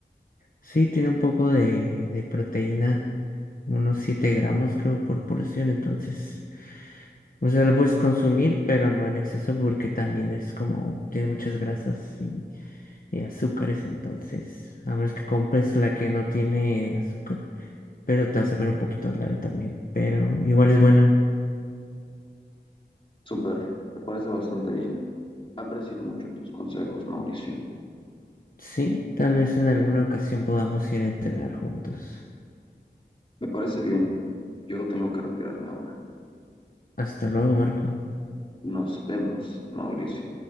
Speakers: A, on the left (about 50°); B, on the left (about 30°).
A: Sí, tiene un poco de, de proteína, unos 7 gramos creo por porción, entonces, o sea, lo puedes consumir, pero no en exceso porque también es como, tiene muchas grasas y, y azúcares, entonces, a menos que compres la que no tiene azúcar, pero te vas a ver un poquito raro también, pero igual es buena.
B: Súper, me parece bastante bien. Aprecio mucho tus consejos, Mauricio.
A: Sí, tal vez en alguna ocasión podamos ir a entrenar juntos.
B: Me parece bien. Yo tengo que retirarme ahora.
A: Hasta luego, Marco.
B: Nos vemos, Mauricio.